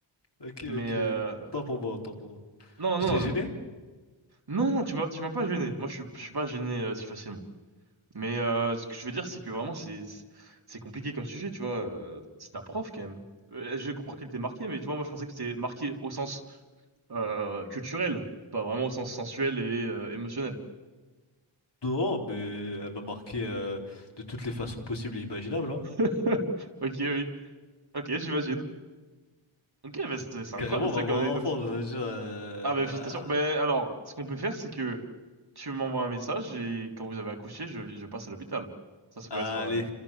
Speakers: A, on the left; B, on the right.
A: Ok,
B: mais
A: ok.
B: euh,
A: Autant pour moi, autant pour moi.
B: non,
A: J'étais
B: non,
A: gêné?
B: non, non, non, tu m'as, tu m'as pas gêné. Moi, je suis, je suis pas gêné euh, si facilement. Mais euh, ce que je veux dire, c'est que vraiment, c'est c'est compliqué comme sujet, tu vois. euh, C'est un prof, quand même. Euh, Je comprends qu'elle t'ait marqué, mais tu vois, moi, je pensais que c'était marqué au sens euh, culturel, pas vraiment au sens sensuel et euh, émotionnel.
A: Non, mais elle m'a marqué euh, de toutes les façons possibles et imaginables, hein.
B: <laughs> Ok, oui. Ok, j'imagine. Ok, bah, c'est c'est incroyable,
A: Carrément, on
B: ça,
A: va avoir
B: comme anecdote.
A: un enfant, donc ça veut dire... euh,
B: Ah, bah, félicitations. Bah, alors, ce qu'on peut faire, c'est que tu m'envoies un message et quand vous avez accouché, je, je passe à l'hôpital. Ça, ça
A: ah,
B: peut être... euh,
A: Allez,